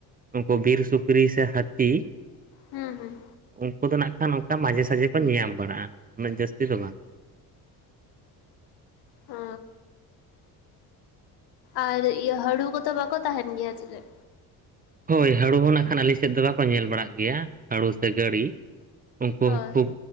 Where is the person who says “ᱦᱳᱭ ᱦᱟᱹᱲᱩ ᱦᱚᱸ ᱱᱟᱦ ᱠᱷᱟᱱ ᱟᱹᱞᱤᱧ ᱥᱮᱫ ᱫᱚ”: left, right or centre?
Right